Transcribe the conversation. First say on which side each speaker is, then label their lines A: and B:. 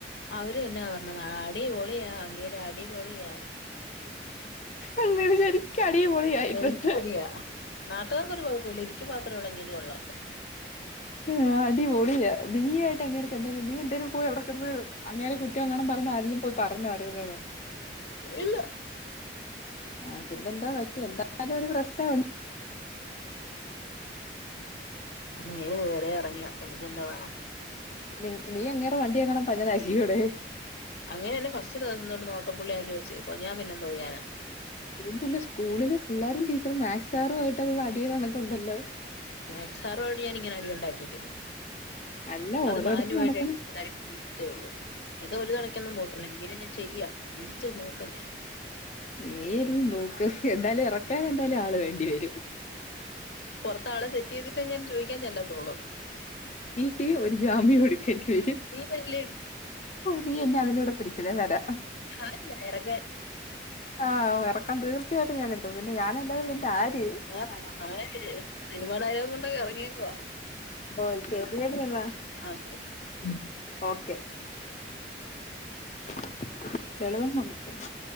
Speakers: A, on the left; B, on the left.
A: അവര് തന്നാ പറഞ്ഞത് അടിപൊളിയാ അങ്ങേര് അടിപൊളിയാന്ന്
B: അങ്ങേര് ശരിക്കടി പൊളി ആയിട്ടുണ്ട്
A: എനിക്ക് മടിയാ നാട്ടുകാർക്കൊരു കുഴപ്പോല്ല ഇനിക്ക് മാത്രോള്ളൂ അങ്ങനെ കൊള്ളാത്ത
B: ഉം അടിപൊളിയാ നീ ആയിട്ട് അങ്ങേർകെന്തി നീ എന്തേലും പോയി അവടെ കെടന്ന് അങ്ങേരെ കുറ്റം അങ്ങാനും പറഞ്ഞ ആരേലും പോയി പറഞ്ഞാ ആരോടെലും
A: ഇല്ല
B: ആഹ് പിന്നെന്താ പറ്റി എന്തായാലും ഒരു പ്രശ്ന ഉ
A: അങ്ങേര് കേറിയോ എറങ്ങിയോ എനിക്കെന്തോ വാണം
B: നി നീ അങ്ങേര വണ്ടി എങ്ങന പഞ്ചരാക്കിയോടെ
A: അങ്ങേരെന്നെ ഫസ്റ്റ് ന്ന് നോട്ടപ്പുള്ളി ആക്കി വെച്ചേക്കുവാ ഞാൻ പിന്നെ എന്തോയ്യാനാ
B: ഇതെന്തുല്ലെ സ്കൂളിലെ പിള്ളാരും ടീച്ചറും മാക്സാറും ആയിട്ടൊക്കള്ള അടി കണക്കൂണ്ടല്ലോ
A: മാക്സാറോട് ഞാൻ ഇങ്ങനെ അടി ഉണ്ടാക്കിയിട്ടില്ല.
B: അല്ല
A: അത്
B: ഓരോടത്തും
A: മാന്യമായിട്ട
B: നടക്കണ്
A: അടി ത്തേ ഉള്ളൂ ഇത് ഒരുതടയ്ക്കൊന്നും പോവത്തില്ല ഇങ്ങേരെ ഞാൻ ശരിയാകും ഇടിച്ചു നോക്കും ഞാൻ
B: നീ ഇരുന്നു നോക്ക് എന്തായാലും എറക്കാൻ എന്തായാലും ആള് വേണ്ടി വരും.
A: ത്താളെ സെറ്റ് ചെയ്തിട്ടേ ഞാൻ ചോയ്ക്കാൻ ചെല്ലാത്തൊള്ളൂ
B: ട്ടീ ഒരു ജാമ്യം പിടിക്കേണ്ടി വരും
A: നീ വരില്ലേ
B: നീ എന്നെ അതിലൂടെ പിടി ചിലെ വരാ
A: അവനല്ല വെറക്
B: ആഹ് ഓ എറക്കാൻ തീർച്ചയായിട്ടും ഞാൻ എത്തും പിന്നെ ഞാനല്ലാതെ പിന്നാര്? ഉം
A: ആഹ് ആര് സിനിമ ഡയലോഗ് കൊണ്ടൊക്കെ ഇറങ്ങിയേക്കുവാ
B: ഓ ശരി <unintelligible>
A: ആഹ് ശരി
B: ഉം ഓക്കെ <unintelligible>